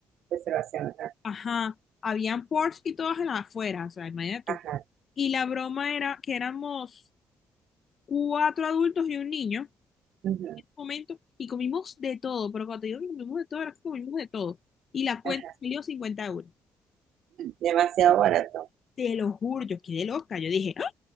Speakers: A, on the right; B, on the left.
A: Reservación, ajá.
B: Ajá, habían ports y todas en la afuera, o sea, imagínate tú.
A: Ajá.
B: Y la broma era que éramos cuatro adultos y un niño en
A: ujú,
B: ese momento y comimos de todo, pero cuando te digo que comimos de todo, era que comimos de todo. Y la cuenta
A: Ajá.
B: salió 50 euros.
A: Demasiado barato.
B: Te lo juro, yo quedé loca. Yo dije, "¡Ah!